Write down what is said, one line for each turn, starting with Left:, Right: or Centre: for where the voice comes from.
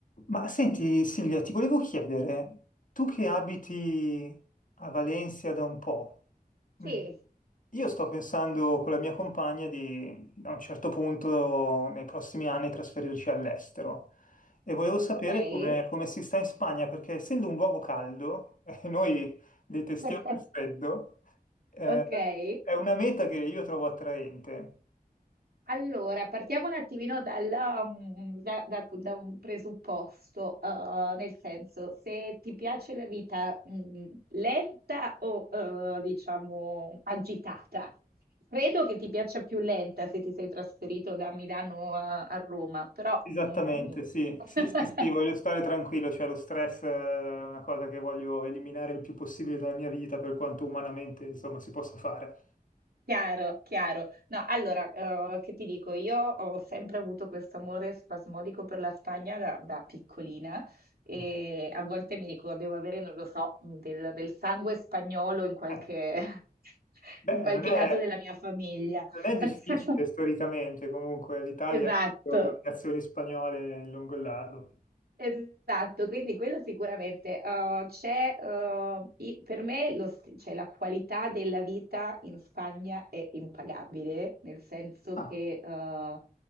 Left: Ma senti Silvia, ti volevo chiedere, tu che abiti a Valencia da un po',
Right: Sì,
Left: mm, io sto pensando con la mia compagna di a un certo punto nei prossimi anni trasferirci all'estero e volevo sapere
Right: okay.
Left: come, come si sta in Spagna perché essendo un luogo caldo, <laughs> e noi detestiamo
Right: <laughs>
Left: il freddo, eh,
Right: Okay.
Left: è una meta che io trovo attraente.
Right: Allora, partiamo un attimino dalla mhmm, da da da un presupposto, uhm, nel senso, se ti piace la vita, mhmm, lenta o, uhm, diciamo agitata? Credo che ti piaccia più lenta se ti sei trasferito da Milano a a Roma, però,
Left: Esattamente,
Right: mhmm
Left: sì.
Right: <laughs>
Left: Sì, sì, sì, voglio stare tranquillo, cioè lo stress è una cosa che voglio eliminare il più possibile dalla mia vita per quanto umanamente, insomma, si possa fare.
Right: Chiaro, chiaro. No, allora, eh, che ti dico, io ho sempre avuto questo amore spasmodico per la Spagna da, da piccolina e
Left: Eh,
Right: a volte mi dico, devo avere, non lo so, mm, del, del sangue spagnolo in qualche,
Left: eh,
Right: <laughs>
Left: beh,
Right: in qualche
Left: non è,
Right: lato della mia famiglia.
Left: non è
Right: <laughs>
Left: difficile storicamente, comunque l'Italia
Right: Esatto.
Left: ha avuto dominazioni spagnole lungo il largo.
Right: Esatto, quindi quello sicuramente. eh, c'è, eh, i- per me lo st- cioè, la qualità della vita in Spagna è impagabile, nel senso
Left: Ah,
Right: che, eh,